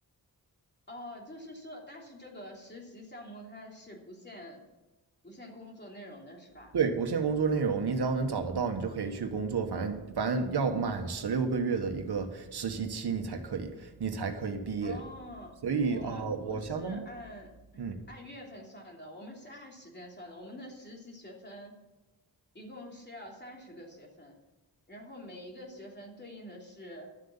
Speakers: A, on the left; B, on the right.
A: 哦，就是说，但是这个实习项目它是不限不限工作内容的是吧？
B: 对，不限工作内容，你只要能找得到，你就可以去工作。反正反正要满十六个月的一个实习期，你才可以，你才可以毕业。
A: 哦，
B: 所以啊、
A: 我们不是按
B: 呃我相当
A: <laughs>
B: 嗯，
A: 按月份算的，我们是按时间算的。我们的实习学分一共是要三十个学分，然后每一个学分对应的是